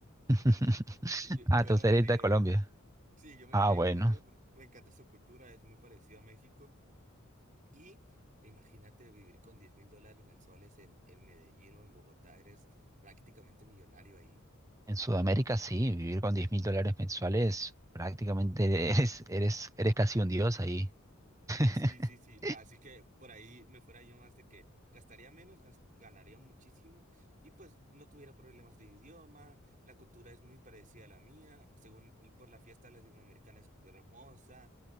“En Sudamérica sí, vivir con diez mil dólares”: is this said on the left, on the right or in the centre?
Right